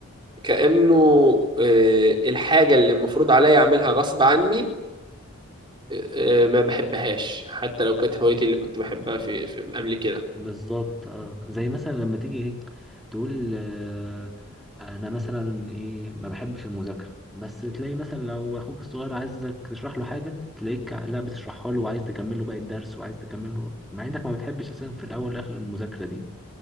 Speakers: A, on the right (about 20°); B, in the centre.
A: كأنه آه، الحاجة اللي المفروض عليا اعملها غصب عني آه، آه، ما بحبهاش حتى لو كانت هوايتي اللي كنت بحبها في في قبل كده
B: بالظبط اه زي مثلا لما تيجي ايه تقول آه انا مثلا ايه ما بحبش المذاكره بس تلاقي مثلا لو اخوك الصغير عايزك تشرح له حاجه تلاقيك لا بتشرحها له وعايز تكمل له باقي الدرس وعايز تكمل له مع انك ما بتحبش اساسا في الاول والاخر المذاكره دي